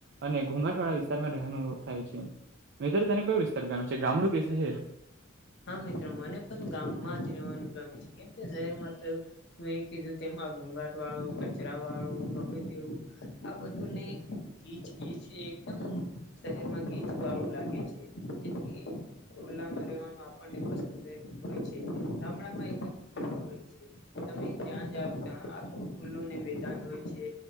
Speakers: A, on the right; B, on the left.
A: અને ઘોઘાટ વાળા વિસ્તારમાં રહેનું થાય છે. <unintelligible> તને કયું વિસ્તાર ગમે છે, ગામડું કે શહેર?
B: હા મિત્ર, મને પણ ગામમાં જ રહેવાનું ગમે છે, કેમ કે શહેરમાં તો તું એ કીધું તેમ, આ ઘોઘાટ વાળું, કચરા વાળું, ગમે તેવું આ બધુંને ગીચ ગીચ એકદમ શરીરમાં ગીચ વાળું લાગે છે, જેથી ખુલ્લામાં રહેવાનું આપણે પસંદ રે હોય છે. ગામડામાં એકદમ ખુલ્લુ હોય છે. તમે ત્યાં જઓ ત્યાં આખ ખુલ્લું ને મેદાન હોય છે.